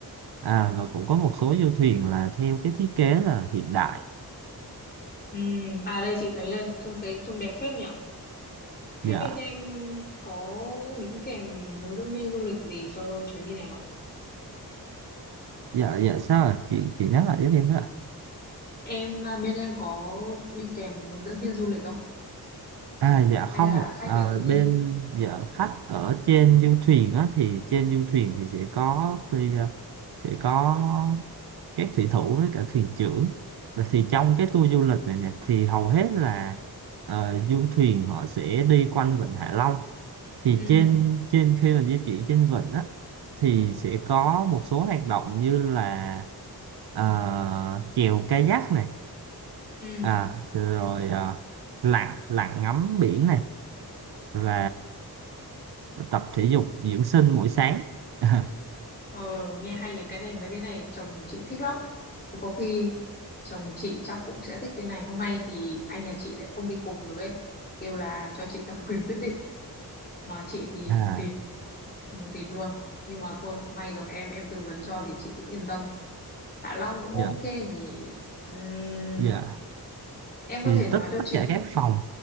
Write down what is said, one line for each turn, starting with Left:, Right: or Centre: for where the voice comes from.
Right: à, và cũng có một số du thuyền là theo cái thiết kế là hiện đại
Left: ừm, à đây chị thấy đây, trông cái trông đẹp phết nhở. Thế
Right: dạ
Left: bên em có đính kèm hướng dẫn viên du lịch gì cho chuyến đi này không?
Right: dạ dạ sao ạ chị chị nhắc lại giúp em với ạ
Left: Em à, bên em có đi kèm hướng dẫn viên du lịch không?
Right: À dạ không
Left: hay là
Right: ạ
Left: khách
Right: à,
Left: phải tự đi
Right: bên dạ khách ở trên du thuyền á thì trên du thuyền thì sẽ có phi à, sẽ có các thủy thủ với cả thuyền trưởng và thì trong cái tour du lịch này nè thì hầu hết là ờ, du thuyền họ sẽ đi quanh vịnh Hạ Long thì
Left: ừ
Right: trên trên khi mà di chuyển trên vịnh á thì sẽ có một số hoạt động như là ờ, chèo kayak này
Left: ừ
Right: à rồi ờ, lặn lặn ngắm biển này và ờ, tập thể dục dưỡng sinh mỗi sáng <laughs>
Left: ờ, nghe hay nhỉ cái này mấy cái này chồng chị thích lắm thì có khi chồng chị chắc cũng sẽ thích cái này hôm nay thì anh nhà chị lại không đi cùng được ấy kêu là cho chị toàn <laughs> quyền quyết định mà chị thì
Right: à,
Left: mù tịt mù tịt luôn nhưng mà thôi may gặp em em tư vấn cho thì chị cũng yên tâm Hạ Long cũng
Right: dạ
Left: ok nhỉ Ừm,
Right: dạ
Left: em có
Right: thì
Left: thể nói
Right: tất
Left: cho
Right: tất
Left: chị
Right: cả các phòng